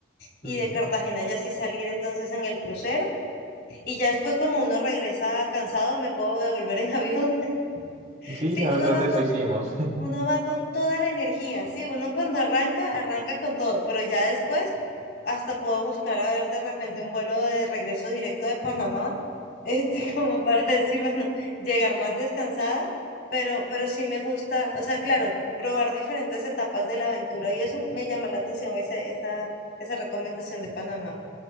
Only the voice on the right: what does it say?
Ujú.
Sí,
la
verdad,
eso
hicimos. <laughs>